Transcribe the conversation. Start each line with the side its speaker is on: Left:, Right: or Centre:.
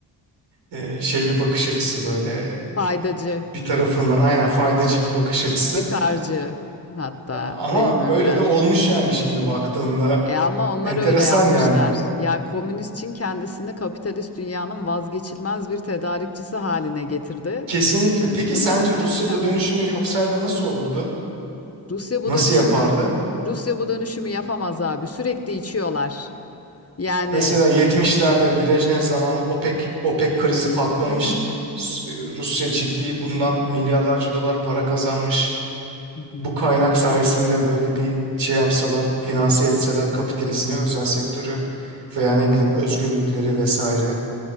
Right: ee, şey bir bakış açısı böyle
Left: Faydacı,
Right: bir tarafından aynen faydacı bir bakış açısı.
Left: çıkarcı hatta
Right: Ama
Left: değil mi
Right: öyle
Left: biraz?
Right: de olmuş yani şimdi baktığında
Left: E ama onlar
Right: enteresan
Left: öyle yapmışlar.
Right: yani.
Left: Ya komünist Çin kendisini kapitalist dünyanın vazgeçilmez bir tedarikçisi haline getirdi.
Right: Kesinlikle. Peki
Left: Bunu
Right: sence Rusya
Left: mükemmel.
Right: bu dönüşümü yapsaydı nasıl olurdu?
Left: Rusya bu
Right: Nasıl
Left: dönüşümü
Right: yapardı?
Left: Rusya bu dönüşümü yapamaz abi. Sürekli içiyorlar. Yani
Right: Mesela yetmişlerde Brejnev zamanı OPEC OPEC krizi patlamış.
Left: Hı hı.
Right: S- e, Rusya ciddi bundan milyarlarca dolar para kazanmış.
Left: Hı hı.
Right: Bu kaynak sayesinde böyle bir şey yapsalar, finanse etseler kapitalizmi, özel sektörü veya ne bileyim özgürlükleri vesaire.